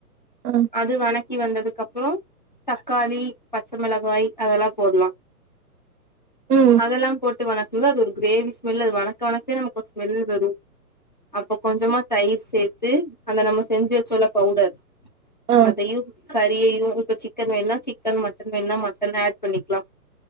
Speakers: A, on the right; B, on the left.
A: ஆ
B: அது வணக்கி வந்ததுக்கப்புறோ தக்காளி பச்சமிளகாய் அதெல்லா போட்லா
A: ம்
B: இதெல்லா போட்டு வணக்குனது அது ஒரு கிரேவி ஸ்மெல் அது வணக்க வனக்கே நமக்கு ஒரு ஸ்மெல் வரும் அப்போ கொஞ்சமா தயிர் சேத்து அந்த நம்ம செஞ்சு வச்சோல்ல பவுடர்
A: ஆ
B: அதையு கறியையு இப்ப சிக்கன் வேணுனா சிக்கன் மட்டன் வேணுனா மட்டன் ஆட் பண்ணிக்லா